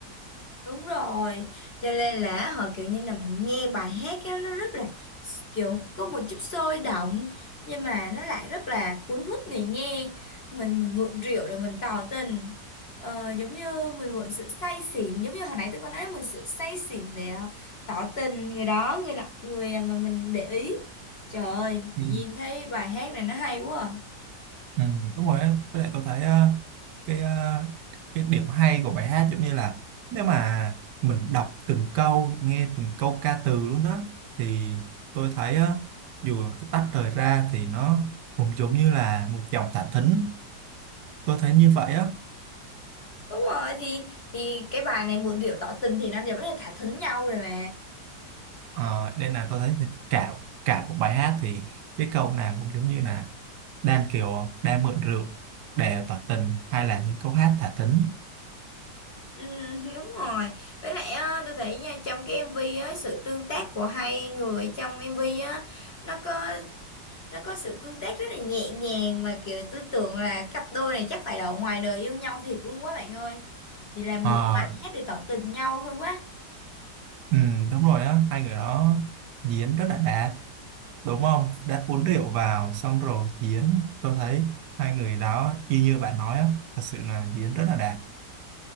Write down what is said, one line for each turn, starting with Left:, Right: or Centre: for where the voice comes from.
Left: Đúng rồi, cho nên là họ kiểu như là mình nghe bài hát á, nó rất là s- kiểu có một chút sôi động nhưng mà nó lại rất là cuốn hút người nghe. Mình mình mượn rượu để mình tỏ tình. Ờ, giống như mình mượn sự say xỉn, giống như hồi nãy tôi có nói mình sự say xỉn để ờ, tỏ tình người đó, người lạ- người mà mình để ý. Trời ơi, chị
Right: ừ.
Left: nhìn thấy bài hát này nó hay quá. à.
Right: Ừ, đúng rồi á. với lại tôi thấy ờ, cái ờ, cái điểm hay của bài hát giống như là nếu mà mình đọc từng câu nghe từng câu ca từ luôn á thì tôi thấy á, dù cái tách rời ra thì nó cũng giống như là một dòng thả thính tôi thấy như vậy á
Left: Đúng rồi thì thì cái bài này mượn rượu tỏ tình thì nó đều rất là thả thính nhau rồi mà.
Right: ờ, nên là tôi thấy cả cả một bài hát thì cái câu nào cũng giống như là đan kiểu đang mượn rượu để tỏ tình hay là những câu hát thả thính
Left: Ừ, <laughs> đúng rồi với lại á, tôi thấy nha trong cái MV á sự tương tác của hai người trong MV á nó có nó có sự tương tác rất là nhẹ nhàng mà kiểu tôi tưởng là cặp đôi này chắc phải là ở ngoài đời yêu nhau thiệt luôn quá bạn ơi thì làm
Right: Ờ,
Left: mượn bài hát để tỏ tình nhau thôi quá
Right: ừ, đúng rồi á hai người đó diễn rất là đạt đúng không đã uống rượu vào xong rồi diễn tôi thấy hai người đó y như bạn nói á thật sự là diễn rất là đạt